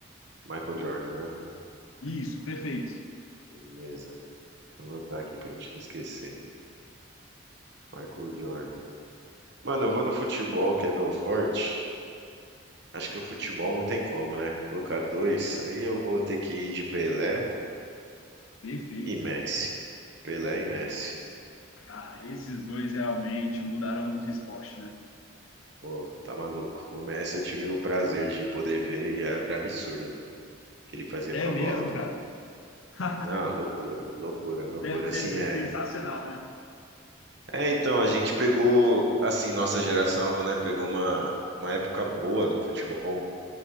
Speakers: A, on the right (about 55°); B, on the left (about 80°).
A: Michael Jordan, né?
B: Isso, perfeito.
A: Beleza. Vou anotar aqui pra gente não esquecer. Michael Jordan. Mano, eu vou no futebol, que é meu forte. Acho que o futebol não tem como, né? Colocar dois, aí eu vou ter que ir de Pelé
B: Perfeito.
A: e Messi. Pelé e Messi.
B: Esse. Cara, esses dois realmente mudaram muito o esporte, né?
A: Pô, tá maluco. O Messi eu tive o prazer de poder ver e era absurdo o que ele fazia
B: É
A: com
B: mesmo,
A: a bola, pô.
B: cara. <laughs>
A: Não, loucura, loucura, loucura.
B: Deve
A: Assim,
B: ter sido
A: é.
B: sensacional, né?
A: É, então, a gente pegou, assim, nossa geração, né? Pegou uma, uma época boa do futebol.